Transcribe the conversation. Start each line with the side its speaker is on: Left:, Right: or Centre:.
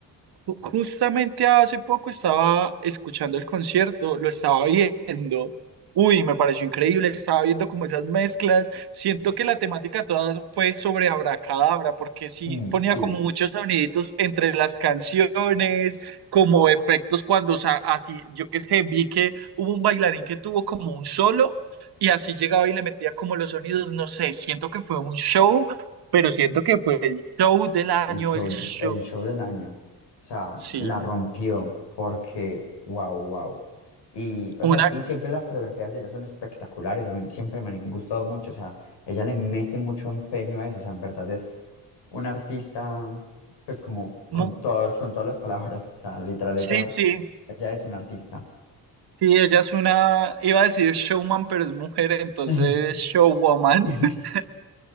Right: Ju- Justamente hace poco estaba escuchando el concierto, lo estaba viendo. Uy, me pareció increíble, estaba viendo como esas mezclas. Siento que la temática toda fue sobre Abracadabra, porque sí
Left: Mm,
Right: ponía
Left: sí.
Right: como muchos soniditos entre las canciones, como efectos cuando, o sea, así, yo que sé, vi que hubo un bailarín que tuvo como un solo y así llegaba y le metía como los sonidos, no sé, siento que fue un show, pero siento que fue el show del año,
Left: el show,
Right: el show,
Left: el show del año. O sea,
Right: sí.
Left: la rompió porque, wow, wow. Y, o sea,
Right: Una
Left: y siempre las coreografías de ella son espectaculares, a mí siempre me han gustado mucho, o sea, ella le mete mucho empeño a eso, o sea, en verdad es una artista, pues como
Right: No,
Left: con todos, con todas las palabras, o sea, literal, ella,
Right: sí, sí,
Left: ella es una artista.
Right: sí, ella es una, iba a decir showman, pero es mujer, entonces
Left: <laughs>
Right: showwoman.
Left: <laughs>
Right: <laughs>